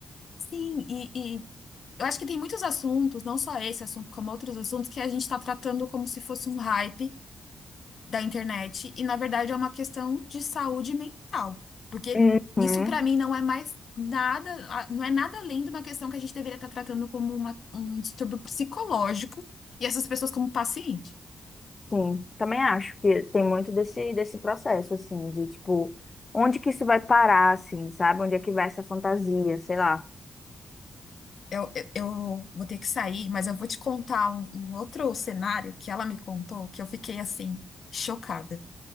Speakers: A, on the left (about 55°); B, on the left (about 25°).
A: sim, e, e eu acho que tem muitos assuntos, não só esse assunto, como outros assuntos, que a gente está tratando como se fosse um hype da internet, e na verdade é uma questão de saúde mental, porque
B: Uhum.
A: isso para mim não é mais nada, a- não é nada além de uma questão que a gente deveria estar tratando como uma, um distúrbio psicológico, e essas pessoas como paciente.
B: Sim, também acho que tem muito desse, desse processo, assim, de tipo, onde que isso vai parar, assim, sabe? Onde é que vai essa fantasia, sei lá.
A: Eu, eu, eu vou ter que sair, mas eu vou te contar um, um outro cenário que ela me contou, que eu fiquei assim, chocada.